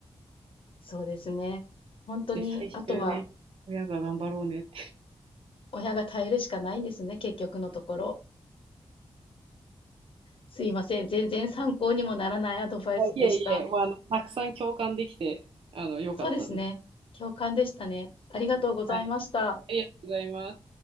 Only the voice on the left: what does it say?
そうですね。本当に、
あとは、
親が耐えるしかないんですね、結局のところ。すいません。全然参考にもならないアドバイスでした。
そうですね。共感でしたね。ありがとうございました。